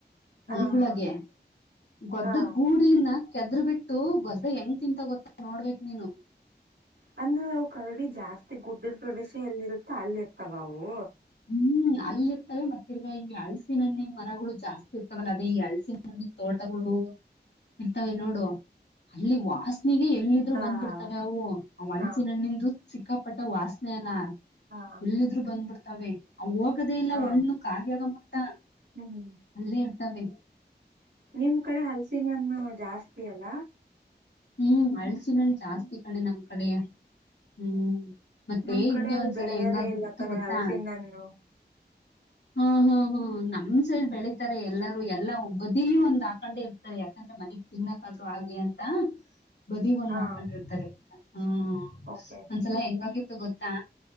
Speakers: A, on the right; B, on the left.
A: ಹ
B: ಹೊಲ್ಗುಳಾಗೆ
A: ಹಾ
B: ಗೊದ್ದುದ್
A: ಹಾ
B: ಗೂಡು ಇಲ್ಲಾ ಕೆದ್ರು ಬಿಟ್ಟು ಗೊದ್ದ ಹೆಂಗ್ ತಿಂತಾವ್ ಗೊತ್ತ ನೋಡ್ಬೇಕ್ ನೀನು.
A: ಅಂದ್ರೆ ಅವ್ ಕರಡಿ ಜಾಸ್ತಿ ಗುಡ್ಡಿಡ್ ಪ್ರೊವಿಶಿ ಎಲ್ಲಿರುತ್ತೊ ಅಲ್ಲಿರ್ತಾವ ಅವು?
B: ಹ್ಮ್ ಅಲ್ಲಿರ್ತವೆ ಮತ್ತಿರ್ಗ ಈ ಅಳಸಿನಣ್ಣಿನ್ ಮರಗುಳು ಜಾಸ್ತಿ ಇರ್ತವಲ್ಲ ಅದೇ ಈ ಅಳ್ಸಿನ ಹಣ್ಣಿನ್ ತೋಟಗುಳು ಇರ್ತವೆ ನೋಡು ಅಲ್ಲಿ ವಾಸ್ ನೆಗೆ ಎಲ್ಲಿದ್ರು
A: ಹಾ
B: ಬಂದ್
A: ಹಾ
B: ಬಿಡ್ತಾವೆ ಅವು. ಅವ್ ಹಲ್ಸಿನ್
A: ಹಾ
B: ಹಣ್ಣಿಂದು ಸಿಕ್ಕಾಪಟ್ಟೆ ವಾಸ್ನೆನ
A: ಹಾ
B: ಎಲ್ಲಿದ್ರು ಬಂದ್ಬಿಡ್ ತವೆೇ. ಅವ್ ಹೋಗದೇ ಇಲ್ಲ
A: ಹಾ
B: ಆವಣ್ಣು ಕಾಲಿ ಆಗೋ ಮಟ್ಟ
A: ಹ್ಮ್
B: ಅಲ್ಲೇ ತವೆೇ
A: ನಿಮ್ ಕಡೆ ಹಲ್ಸಿನಣ್ಣು ಜಾಸ್ತಿ ಅಲ.
B: ಹ್ಮ್, ಹಳ್ಸಿನಣ್ಣು ಜಾಸ್ತಿ ಕಣೆ ನಮ್ ಕಡೇ ಹ್ಮ್. ಮತ್ತೆ
A: ನಮ್ ಕಡೆ
B: ಹಿಂಗೆ
A: ಅದು
B: ಒಂದ್ಸಲ
A: ಬೆಳೆಯದೇ
B: ಹೆಂಗ ಆಗ್ಬಿಟ್ಟಿತ್ತು
A: ಇಲ್ಲ ಕಡೆ
B: ಗೊತ್ತಾ,
A: ಹಲಸಿನನ್ನು
B: ಹಾ ಹಾ ಹಾ ನಮ್ ಸೈಡ್ ಬೆಳತಾರೆ ಎಲ್ಲಾರೂ, ಎಲ್ಲಾ ಒಬ್ಬ ಬದಿಲಿ ಒಂದ್ ಆಕೊಂಡೆ ಇರ್ತಾರೆ ಯಾಕಂದ್ರೆ ಮನಗ್ ತಿನ್ನಕಾದ್ರು ಆಗ್ಲಿ ಅಂತ. ಬದಿಗೊಂದ್
A: ಹಾ
B: ಹಾಕೊಂಡಿರ್ತಾರೆ. ಹಾ
A: ಓಕೆ
B: ಒಂದ್ಸಲ ಹೆಂಗಾಗಿ ತ್ತು ಗೊತ್ತಾ?